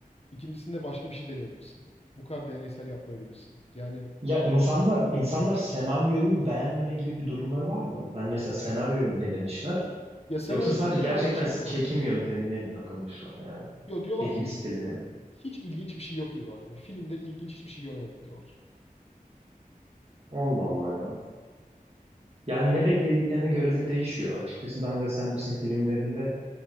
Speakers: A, on the left; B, on the right.
A: İkincisinde başka bir şey deneyebilirsin. Bu kadar deneysel yapmayabilirsin. Yani
B: Ya insanlar insanlar senaryoyu beğenmeme gibi bir durumları var mı? Hani mesela senaryoyu ne demişler?
A: ya senaryo
B: Yoksa sadece
A: değil genel
B: gerçekten
A: olarak şey diyorlardı.
B: çekim yöntemine mi takılmışlar yani?
A: Yo diyorlar
B: Çekim
A: ki
B: stiline mi?
A: hiç ilginç bir şey yok diyorlar yani. Filmde ilginç hiçbir şey göremedik diyorlar.
B: Allah Allah ya. Yani ne beklediklerine göre de değişiyor. Açıkçası ben Wes Anderson filmlerinde